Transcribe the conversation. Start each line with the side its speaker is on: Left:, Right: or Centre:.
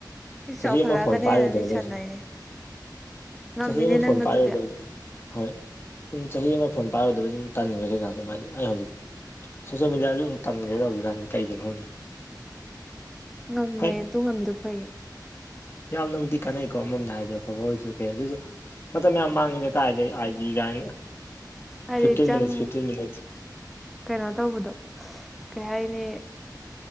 Centre: ꯏꯁ ꯆꯥꯎꯈꯠꯂꯛꯑꯒꯅ
Left: ꯆꯍꯤ ꯑꯃ ꯐꯣꯟ ꯄꯥꯏꯔꯨꯗꯕꯁꯦ
Centre: ꯍꯦꯟꯅ ꯃꯤ ꯁꯥꯟꯅꯩꯌꯦ
Left: ꯁꯨꯝ
Centre: ꯉꯝꯃꯤꯅꯦ
Left: ꯆꯍꯤ ꯑꯃ
Centre: ꯅꯪ
Left: ꯐꯣꯟ
Centre: ꯑꯗꯨꯗꯤ
Left: ꯄꯥꯏꯔꯨꯗꯕꯗꯤ ꯍꯣꯏ ꯁꯨꯝ ꯆꯍꯤ ꯑꯃ ꯐꯣꯟ ꯄꯥꯏꯔꯨꯗꯕꯩ ꯑꯗꯨꯨꯝ ꯇꯟꯈ꯭ꯔꯦ ꯒꯩꯒꯗꯨ ꯁꯨꯃꯥꯢ ꯑꯩ ꯍꯧꯖꯤꯛ ꯁꯣꯁꯦꯜ ꯃꯦꯗꯤꯌꯥꯁꯨ ꯑꯗꯨꯝ ꯇꯟꯒ꯭ꯔꯦꯗꯥ ꯍꯧꯖꯤꯛ ꯀꯥꯟꯖꯤ ꯀꯩꯒꯤꯅꯣ ꯈꯪꯗꯦ
Centre: ꯉꯝꯃꯦ
Left: ꯍꯣꯏ
Centre: ꯑꯗꯨ ꯉꯝꯃꯤꯗꯣ ꯐꯩꯌꯦ
Left: ꯌꯥꯝꯅꯕꯨꯗꯤ ꯀꯥꯟꯅꯩꯀꯣ ꯑꯃꯔꯣꯝꯗ ꯍꯥꯏꯔꯗꯤ ꯑꯐꯕ ꯑꯣꯏꯁꯨ ꯀꯩ ꯑꯗꯣꯢꯁꯨ ꯃꯇꯝ ꯌꯥꯝ ꯃꯥꯡꯉꯤꯗꯅ ꯀꯥꯏꯗꯩ ꯑꯥꯏꯖꯤ ꯀꯥꯏꯅ
Centre: ꯍꯥꯏꯗꯤ
Left: ꯐꯤꯞꯇꯤꯟ
Centre: ꯆꯪ
Left: ꯃꯤꯅꯠꯁ ꯐꯤꯞꯇꯤꯟ ꯃꯤꯅꯠꯁ
Centre: ꯀꯩꯅꯣ ꯇꯧꯕꯗꯣ ꯀꯩ ꯍꯥꯏꯅꯤ